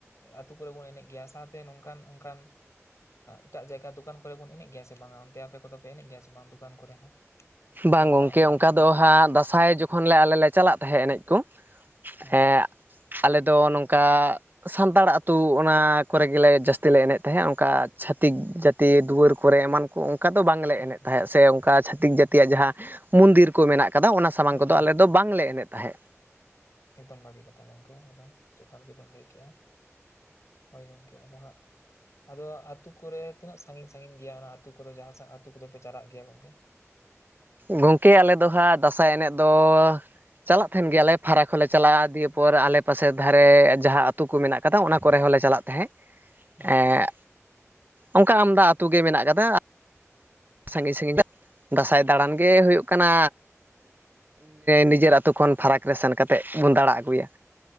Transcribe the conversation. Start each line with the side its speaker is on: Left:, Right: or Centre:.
Left: ᱟᱹᱛᱩ ᱠᱚᱨᱮ ᱵᱚᱱ ᱮᱱᱮᱡ ᱜᱮᱭᱟ ᱥᱟᱶᱛᱮ ᱱᱚᱝᱠᱟᱱ ᱚᱱᱠᱟᱱ ᱮᱴᱟᱜ ᱡᱟᱭᱜᱟ ᱫᱚᱠᱟᱱ ᱠᱚᱨᱮ ᱵᱚᱱ ᱮᱱᱮᱡ ᱜᱮᱭᱟ ᱥᱮ ᱵᱟᱝᱟ ᱚᱱᱛᱮ ᱟᱯᱮ ᱠᱚᱫᱚ ᱯᱮ ᱮᱱᱮᱡ ᱜᱮᱭᱟ ᱥᱮ ᱵᱟᱝ ᱫᱚᱠᱟᱱ ᱠᱚᱨᱮ ᱦᱚᱸ ᱥᱮ
Right: ᱵᱟᱝ
Left: ᱮᱴᱟᱜ
Right: ᱜᱚᱝᱠᱮ
Left: ᱚᱱᱠᱟᱱ
Right: ᱚᱝᱠᱟ
Left: ᱡᱟᱹᱛ
Right: ᱫᱚ
Left: ᱠᱚᱨᱮ
Right: ᱦᱟᱸᱜ ᱫᱟᱸᱥᱟᱭ ᱡᱚᱠᱷᱚᱱ ᱞᱮ ᱟᱞᱮ ᱞᱮ ᱪᱟᱞᱟᱜ ᱛᱟᱦᱮᱸᱜ ᱮᱱᱮᱡ ᱠᱚ
Left: ᱦᱩᱸ
Right: ᱮᱸᱜ ᱟᱞᱮ ᱫᱚ ᱱᱚᱝᱠᱟ ᱥᱟᱱᱛᱟᱲ ᱟᱹᱛᱩ ᱚᱱᱟ ᱠᱚᱨᱮ ᱜᱮᱞᱮ ᱡᱟᱹᱥᱛᱤ ᱞᱮ ᱮᱱᱮᱡ ᱛᱟᱦᱮᱸᱫ ᱚᱱᱠᱟ ᱪᱷᱟᱹᱛᱤᱠ ᱡᱟᱹᱛᱤ ᱫᱩᱣᱟᱹᱨ ᱠᱚᱨᱮ ᱮᱢᱟᱱ ᱠᱚ ᱚᱱᱠᱟ ᱫᱚ ᱵᱟᱝᱞᱮ ᱮᱱᱮᱫ
Left: ᱦᱩᱸ ᱦᱩᱸ
Right: ᱛᱟᱦᱮᱸᱫ ᱥᱮ ᱚᱱᱠᱟ ᱪᱷᱟᱛᱤᱠ
Left: ᱦᱩᱸ
Right: ᱡᱟᱹᱛᱤᱭᱟᱜ
Left: ᱦᱩᱸ
Right: ᱡᱟᱦᱟᱸ ᱢᱩᱱᱫᱤᱨ ᱠᱚ ᱢᱮᱱᱟᱜ ᱠᱟᱫᱟ ᱚᱱᱟ ᱥᱟᱢᱟᱝ
Left: ᱦᱩᱸ
Right: ᱠᱚᱫᱚ
Left: ᱦᱩᱸ
Right: ᱟᱞᱮᱫ ᱫᱚ ᱵᱟᱝᱞᱮ ᱮᱱᱮᱫ ᱛᱟᱦᱮᱸᱫ
Left: ᱮᱠᱫᱚᱢ ᱵᱷᱟᱜᱤ ᱠᱟᱛᱷᱟ ᱜᱚᱝᱠᱮ ᱮᱠᱫᱚᱢ ᱡᱚᱛᱷᱟᱛ ᱜᱮᱵᱤᱱ ᱞᱟᱹᱭ ᱠᱮᱫᱜᱼᱟ ᱦᱳᱭ ᱜᱚᱝᱠᱮ ᱟᱫᱚ ᱦᱟᱸᱜ ᱟᱫᱚ ᱟᱹᱛᱩ ᱠᱚᱨᱮ ᱛᱤᱱᱟᱹᱜ ᱥᱟᱺᱜᱤᱧ ᱥᱟᱺᱜᱤᱧ ᱜᱮᱭᱟ ᱚᱱᱟ ᱟᱹᱛᱩ ᱠᱚᱫᱚ ᱡᱟᱦᱟ ᱟᱸᱛᱩ ᱠᱚᱫᱚᱯᱮ ᱪᱟᱞᱟᱜ ᱜᱮᱭᱟ ᱜᱚᱝᱠᱮ
Right: ᱜᱚᱝᱠᱮ ᱟᱞᱮ ᱫᱚ ᱦᱟᱸᱜ ᱫᱟᱸᱥᱟᱭ ᱮᱱᱮᱡ ᱫᱚ ᱪᱟᱞᱟᱜ ᱛᱟᱦᱮᱱ ᱜᱮᱭᱟᱞᱮ ᱯᱷᱟᱨᱟᱠ ᱦᱚᱸᱞᱮ ᱪᱟᱞᱟᱜᱼᱟ ᱫᱤᱭᱮ ᱯᱚᱨ ᱟᱞᱮ ᱯᱟᱥᱮ ᱫᱷᱟᱨᱮ ᱡᱟᱦᱟᱸ ᱟᱹᱛᱩ ᱠᱚ ᱢᱮᱱᱟᱜ ᱠᱟᱫᱟ ᱚᱱᱟ ᱠᱚᱨᱮ ᱦᱚᱸᱞᱮ ᱪᱟᱞᱟᱜ ᱦᱮᱸ
Left: ᱦᱩᱸ
Right: ᱮᱸᱜ ᱚᱱᱠᱟ ᱟᱢᱫᱟ ᱟᱹᱛᱩᱳ ᱜᱮ ᱢᱮᱱᱟᱜ ᱠᱟᱫᱟ ᱥᱟᱺᱜᱤᱧ ᱥᱟᱜᱤᱧ ᱫᱟᱸᱥᱟᱭᱫᱟ ᱫᱟᱬᱟᱱ ᱜᱮ ᱦᱩᱭᱩᱜ ᱠᱟᱱᱟ ᱱᱤᱡᱮᱨ ᱟᱛᱳ ᱠᱷᱚᱱ ᱯᱷᱟᱨᱟᱠ ᱨᱮ ᱥᱮᱱ ᱠᱟᱛᱮᱫ ᱵᱚᱱ ᱫᱟᱬᱟ ᱟᱹᱜᱩᱭᱟ